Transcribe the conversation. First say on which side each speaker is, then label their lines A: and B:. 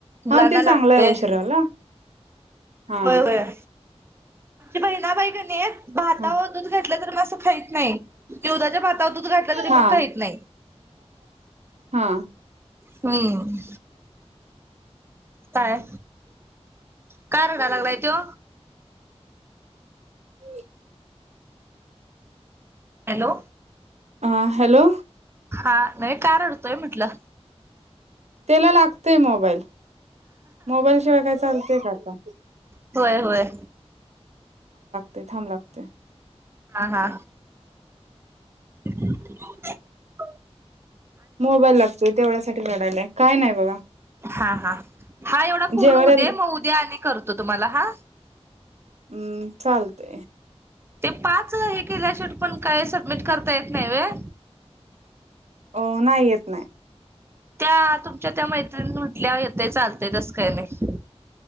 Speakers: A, on the right; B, on the right.
A: मुलांना
B: हा ते
A: लागतय.
B: चांगलं आहे ओ शरीराला. हा
A: होय होय. बहिणा बाई कणी भाता
B: हा
A: वर दूध घातलं तरी आस खाहीत नाही निवदाच्या भातावर दूध घातलं तरी
B: हा
A: पण खाहीत नाही.
B: हा
A: हम् काय? काय रडा लागलाय त्यो?
B: हम्
A: हॅलो
B: अ, हॅलो.
A: हा, नाही का रडतोय म्हटलं?
B: त्याला लागतय मोबाईल. मोबाईल शिवाय काय चालतय का आता
A: होय. होय.
B: ते थांब लागते.
A: हा हा, हा. रिकामा ऑडिओ
B: मोबाईल लागतोय तेवढ्यासाठी. रडायलाय. काय नाय बगा.
A: हा. हा. हा एवढा पूर्ण
B: जेवायला
A: हुदे. उद्या मग उद्या आणि करतो तुम्हाला हा.
B: हम्म चालतय
A: ते पाच हे केल्या शट पण काय सबमिट करता येत नाही व्हय.
B: अ नाही येत नाय.
A: त्या तुमच्या त्या मैत्रिणी म्हटल्या येतय चालतय तस काय नाही.